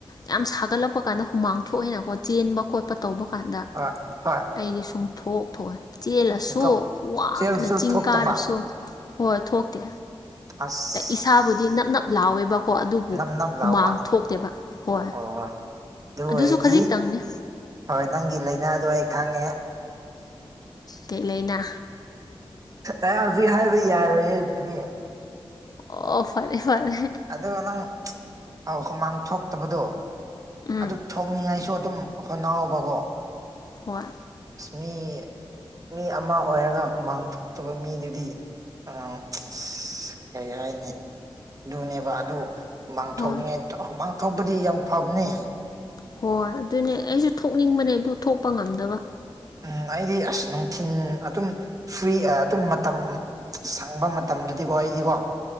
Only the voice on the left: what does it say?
ꯌꯥꯝ ꯁꯥꯒꯠꯂꯛꯄ ꯀꯥꯟꯗ ꯍꯨꯃꯥꯡ ꯊꯣꯛꯑꯦꯅꯀꯣ ꯆꯦꯟꯕ ꯈꯣꯠꯄ ꯇꯧꯕ ꯀꯥꯟꯗ
ꯑꯩꯗꯤ ꯁꯨꯡ ꯊꯣꯛ ꯊꯣꯛꯑꯣꯏ ꯆꯦꯜꯂꯁꯨ
ꯋꯥꯅ
ꯆꯤꯡ
ꯀꯥꯔꯁꯨ ꯍꯣꯏ ꯊꯣꯛꯇꯦ
ꯏꯁꯥꯕꯨꯗꯤ ꯅꯞ ꯅꯞ ꯂꯥꯎꯋꯦꯕ ꯀꯣ ꯑꯗꯨꯕꯨ
ꯍꯨꯃꯥꯡ ꯊꯣꯛꯇꯦꯕ ꯍꯣꯏ
ꯑꯗꯨꯁꯨ
ꯈꯖꯤꯛꯇꯪꯅꯦ
ꯀꯩ ꯂꯩꯅ
ꯑꯣ ꯐꯔꯦ ꯐꯔꯦ
ꯎꯝ
ꯍꯣꯏ
ꯍꯣꯏ
ꯍꯣꯏ ꯑꯗꯨꯅꯦ ꯑꯩꯁꯨ ꯊꯣꯛꯅꯤꯡꯕꯅꯦ ꯑꯗꯨ ꯊꯣꯛꯄ ꯉꯝꯗꯕ